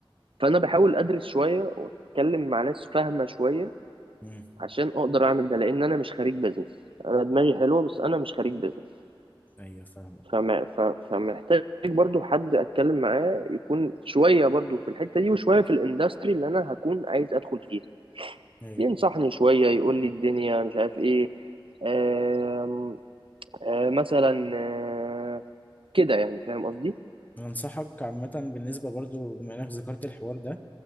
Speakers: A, on the right; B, on the left.
A: فانا بحاول ادرس شوية واتكلم مع ناس فاهمة شوية
B: مم.
A: عشان اقدر اعمل ده لان انا مش خريج بزنس انا دماغي حلوة بس انا مش خريج بزنس
B: ايوه فاهمك
A: فما ف- فمحتاج برضو حد اتكلم معاه يكون شويه برضو في الحته دي وشويه في الاندستري اللي انا هكون عايز ادخل فيها
B: ايوه
A: ينصحني شويه يقول لي الدنيا مش عارف ايه آم، آه، مثلا آه، كده يعني فاهم قصدي
B: انا انصحك عامه بالنسبه برضو بما انك ذكرت الحوار ده